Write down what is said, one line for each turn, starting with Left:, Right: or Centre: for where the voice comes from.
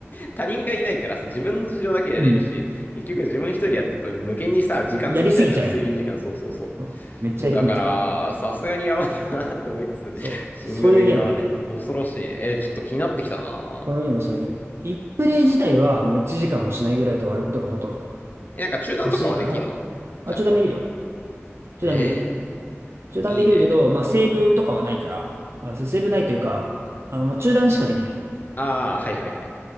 Left: 他人がいないからさ、自分の事情だけやれるし、
Right: うん。
Left: 結局自分一人やってると無限にさ、時間潰したいじゃん。
Right: やりすぎちゃうよね。
Left: 睡眠時間、そうそうそ
Right: そう。めっちゃ入り込めちゃう。
Left: う。だから、さすがにやばいよなって思いつつ、
Right: そう。
Left: シングルゲーはね、
Right: そういうゲームだね。
Left: 恐ろしいね。えーちょっと気になってきたな
Right: このゲーム、そういうゲーム。1プレイ自体はもう1時間もしないぐらいで終わることがほとんど。
Left: え、なんか中断とかはできんのちゃんと。
Right: だし、まあ早く、あ、中断できるよ。
Left: へえ、
Right: 中断できる。中断できるけど、
Left: いいね。
Right: まあセーブとかはないから、あ、セセーブないというか、あの、まあ中断しかできない。
Left: ああ、はいはいはい。